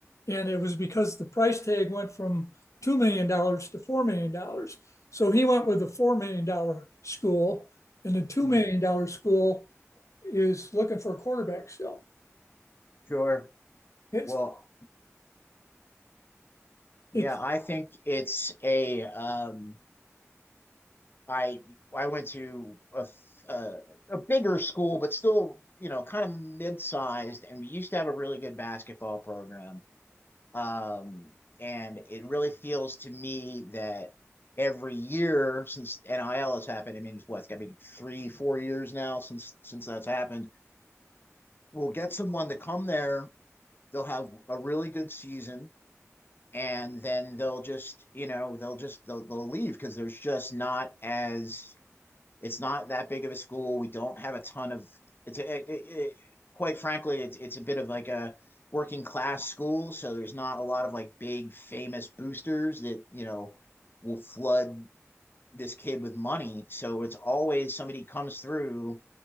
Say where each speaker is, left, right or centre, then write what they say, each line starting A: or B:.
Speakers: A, on the left; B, on the left.
A: And it was because the price tag went from $2 million dollars to $4 million. dollars. So he went with the $4 million dollars school, and the $2
B: Mm.
A: million dollars school is looking for a quarterback still.
B: Sure.
A: It's,
B: Well, yeah,
A: it
B: I think it's a um I I went to a a, a bigger school but still, you know, kind of mid-sized and we used to have a really good basketball program. Um and it really feels to me that every year since NIL has happened, I mean, it's what, it's got to be three, four years now since since that's happened. We'll get someone to come there. They'll have a really good season and then they'll just you know they'll just they'll, they'll leave because there's just not as it's not that big of a school we don't have a ton of it's a, it, it, quite frankly it's it's a bit of like a working class school so there's not a lot of like big famous boosters that you know will flood this kid with money so it's always somebody comes through